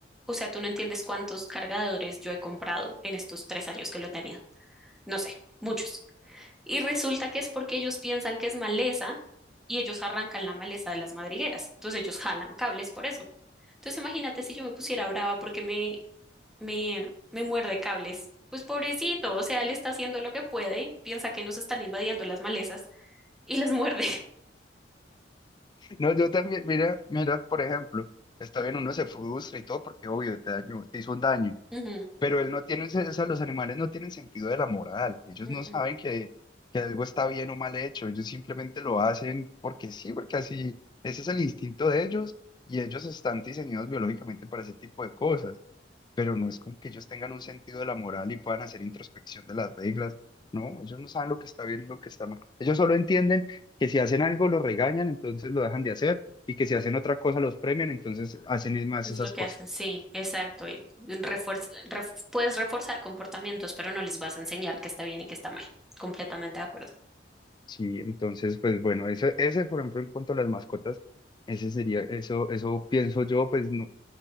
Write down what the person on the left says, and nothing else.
<laughs> No, yo también, mira, mira, por ejemplo, está bien, uno se frustra y todo porque obvio te dañó, te hizo un daño
Pero él no tiene, ese- o sea, los animales no tienen sentido de la moral. Ellos
no saben que, que algo está bien o mal hecho. Ellos simplemente lo hacen porque sí, porque así, ese es el instinto de ellos y ellos están diseñados biológicamente para ese tipo de cosas. Pero no es como que ellos tengan un sentido de la moral y puedan hacer introspección de las reglas. No, ellos no saben lo que está bien y lo que está mal. Ellos solo entienden que si hacen algo lo regañan, entonces lo dejan de hacer y que si hacen otra cosa los premian, entonces hacen más
esas
cosas.
Sí, entonces, pues bueno, ese, ese, por ejemplo, en cuanto a las mascotas, ese sería, eso, eso pienso yo, pues no,